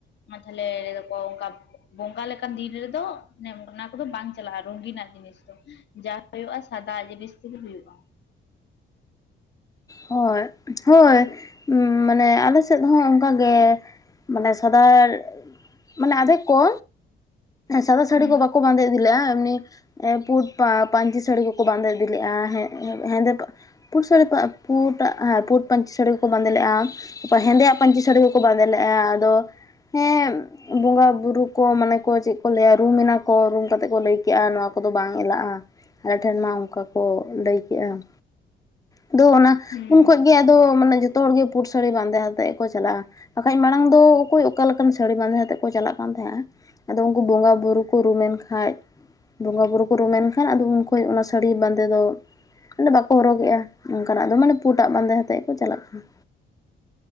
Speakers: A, on the left; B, on the left.
A: ᱢᱟ ᱛᱟᱦᱞᱮ ᱚᱱᱠᱟ ᱵᱚᱸᱜᱟ ᱞᱮᱠᱟᱱ ᱫᱤᱱ ᱨᱮᱫᱚ ᱮ ᱚᱱᱟ ᱠᱚᱫᱚ ᱵᱟᱝ ᱪᱟᱞᱟᱜ-ᱟ ᱨᱚᱝᱜᱤᱱᱟᱜ ᱡᱤᱱᱤᱥ ᱫᱚ᱾ ᱡᱟ ᱦᱩᱭᱩᱜ-ᱟ ᱥᱟᱫᱟ ᱡᱤᱱᱤᱥ ᱛᱮᱜᱮ ᱦᱩᱭᱩᱜ-ᱟ᱾
B: ᱦᱳᱭ ᱦᱳᱭ᱾ ᱦᱩ ᱢᱟᱱᱮ ᱟᱞᱮ ᱥᱮᱫ ᱦᱚᱸ ᱚᱱᱠᱟᱜᱮ ᱢᱟᱱᱮ ᱥᱟᱫᱟᱨ ᱢᱟᱱᱮ ᱟᱫᱷᱮᱠ ᱠᱚ ᱥᱟᱫᱟ ᱥᱟᱹᱲᱤ
A: ᱦᱩᱸ
B: ᱠᱚ ᱵᱟᱠᱚ ᱵᱟᱸᱫᱮ ᱤᱫᱤ ᱞᱮ-ᱟ, ᱮᱢᱱᱤ ᱮᱸ ᱯᱩᱸᱰ ᱯᱟ ᱯᱟᱹᱧᱪᱤ ᱥᱟᱹᱲᱤ ᱠᱚᱠᱚ ᱵᱟᱸᱫᱮ ᱤᱫᱤ ᱞᱮᱫ-ᱟ ᱦᱮᱸᱫᱮ ᱯᱩᱸᱰ ᱥᱟᱹᱲᱤ ᱯᱟ ᱯᱩᱸᱰᱟᱜ ᱦᱮᱸ ᱯᱩᱸᱰ ᱯᱟᱹᱧᱪᱤ ᱥᱟᱹᱲᱤ ᱠᱚᱠᱚ ᱵᱟᱸᱫᱮ ᱞᱮᱫ-ᱟ, ᱯᱟ ᱦᱮᱸᱫᱮᱭᱟᱜ ᱯᱟᱹᱧᱪᱤ ᱥᱟᱹᱲᱤ ᱠᱚᱠᱚ ᱵᱟᱸᱫᱮ ᱞᱮᱫ-ᱟ, ᱟᱫᱚ ᱦᱮᱸ ᱵᱚᱸᱜᱟ ᱵᱩᱨᱩ ᱠᱚ ᱢᱟᱱᱮ ᱠᱚ ᱪᱮᱫ ᱠᱚ ᱞᱟᱹᱭᱟ ᱨᱩᱢᱱᱟᱠᱚ ᱨᱩᱢ ᱠᱟᱛᱮᱫ ᱠᱚ ᱞᱟᱹᱭ ᱠᱮᱜ-ᱟ ᱱᱚᱣᱟ ᱠᱚᱫᱚ ᱵᱟᱝ ᱮᱞᱟᱜ-ᱟ᱾ ᱟᱞᱮᱴᱷᱮᱱ ᱢᱟ ᱚᱱᱠᱟ ᱠᱚ ᱞᱟᱹᱭ ᱠᱮᱜᱼᱟ ᱫᱚ ᱚᱱᱟ
A: ᱦᱩᱸ
B: ᱩᱱ ᱠᱷᱚᱡ ᱜᱮ ᱟᱫᱚ ᱢᱟᱱᱮ ᱡᱚᱛᱚ ᱦᱚᱲᱜᱮ ᱯᱩᱴ ᱥᱟᱹᱲᱤ ᱵᱟᱸᱫᱮ ᱟ ᱛᱮᱫ ᱠᱚ ᱪᱟᱞᱟᱜᱼᱟ ᱵᱟᱠᱷᱟᱡ ᱢᱟᱲᱟᱝ ᱫᱚ ᱚᱠᱚᱭ ᱚᱠᱟ ᱞᱮᱠᱟᱱ ᱥᱟᱹᱲᱤ ᱵᱟᱸᱫᱮ ᱟᱛᱮᱫ ᱠᱚ ᱪᱟᱞᱟᱜ ᱠᱟᱱ ᱛᱟᱦᱮᱸᱜᱼᱟ, ᱟᱫᱚ ᱩᱱᱠᱩ ᱵᱚᱸᱜᱟ ᱵᱩᱨᱩ ᱠᱚ ᱨᱩᱢᱮᱱ ᱠᱷᱟᱡ ᱵᱚᱸᱜᱟ ᱵᱩᱨᱩ ᱠᱚ ᱨᱩᱢᱮᱱ ᱠᱷᱟᱱ ᱟᱫᱚ ᱩᱱᱠᱩ ᱠᱷᱚᱭ ᱚᱱᱟ ᱥᱟᱹᱲᱤ ᱵᱟᱸᱫᱮ ᱫᱚ ᱚᱰᱮ ᱵᱟᱠᱚ ᱦᱚᱨᱚᱜᱮᱜᱼᱟ ᱚᱱᱠᱟᱱᱟᱜ ᱯᱩᱴᱟᱜ ᱵᱟᱸᱫᱮ ᱠᱟᱛᱮᱫ ᱠᱚ ᱪᱟᱞᱟᱜ ᱠᱟᱱᱟ᱾